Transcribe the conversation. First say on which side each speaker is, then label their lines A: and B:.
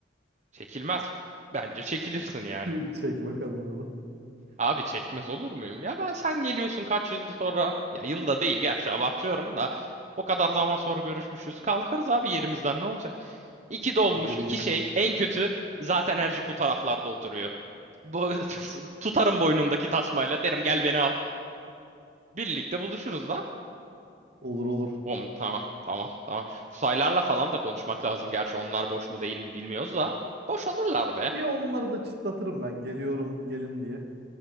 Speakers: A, on the right; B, on the right.
A: Çekilmez. Bence çekilirsin yani.
B: Ç- Çek bakalım yolu.
A: Abi çekmez olur muyum? Ya ben sen geliyorsun kaç yıl sonra. Ya yılda değil gerçi abartıyorum da. O kadar zaman sonra görüşmüşüz. Kalkarız abi yerimizden ne olacak? İki dolmuş
B: İyidir <laughs>
A: iki şey. En kötü zaten Ercik bu taraflarda oturuyor. Bu, <laughs> tutarım boynundaki tasmayla derim gel beni al. Birlikte buluşuruz da.
B: Olur olur.
A: Bom, tamam tamam tamam. Kusaylarla falan da konuşmak lazım. Gerçi onlar boş mu değil mi bilmiyoruz da. Boş olurlar be.
B: Bir onları da çıtlatırım ben. Geliyorum gelin diye.